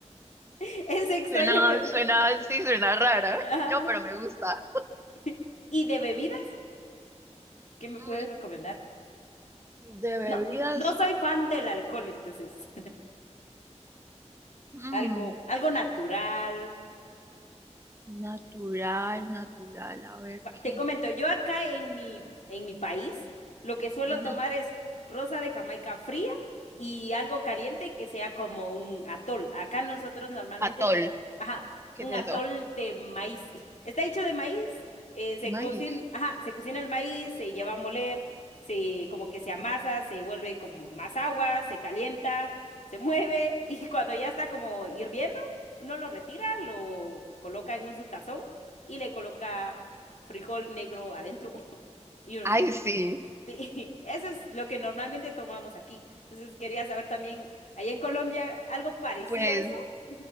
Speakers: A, on the left (about 75°); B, on the right (about 20°).
A: <laughs> Es extraño,
B: Suena,
A: pero...
B: suena, sí, suena rara. <laughs>
A: <laughs> Ajá.
B: No, pero me gusta.
A: <laughs> ¿Y de bebidas? ¿Qué me puedes
B: Mm,
A: recomendar?
B: De bebidas.
A: No, n- no soy fan del alcohol, entonces, <laughs>
B: mm,
A: algo, algo natural.
B: Natural, natural. A ver
A: Va, Te
B: qué.
A: comento, yo acá en mi, en mi país lo que suelo
B: Ujú.
A: tomar es rosa de Jamaica fría y algo caliente que sea como un atol. Acá nosotros normalmente
B: Atol.
A: tomamos, ajá,
B: ¿Qué
A: un
B: es
A: atol
B: eso?
A: de maíz. <laughs> Está hecho de maíz, eh, se
B: De maíz.
A: cocina, ajá, se cocina el maíz, se lleva a moler, se como que se amasa, se vuelve como más agua, se calienta, se mueve <laughs> y cuando ya está como hirviendo, uno lo retira, lo coloca en un su tazón y le coloca frijol negro adentro <laughs> y uno se
B: Ay,
A: lo toma.
B: sí.
A: Sí, <laughs> eso es lo que normalmente tomamos aquí. Entonces quería saber también, ¿allá en Colombia algo parecido
B: Pues
A: a eso? <laughs>